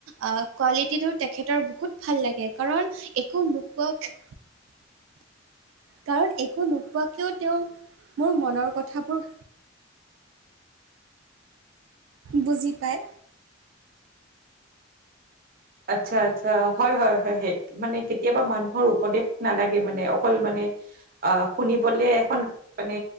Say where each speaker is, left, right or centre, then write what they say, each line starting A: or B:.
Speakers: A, on the right (about 80°); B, on the right (about 45°).
A: কোৱালিটিটো তেখেতৰ বহুত ভাল লাগে। কাৰণ একো নোকোৱাক,,,, কাৰণ একো নোপোৱাকৈও তেওঁ, মোৰ মনৰ কথাবোৰ বুজি পায়।
B: আচ্ছা-আচ্ছা, হয়ঁ হয়ঁ হয়ঁ, মানে কেতিয়াবা মানুহৰ উপদে নালাগে মানে, অকল মানে অ', শুনিবলে এখন মানে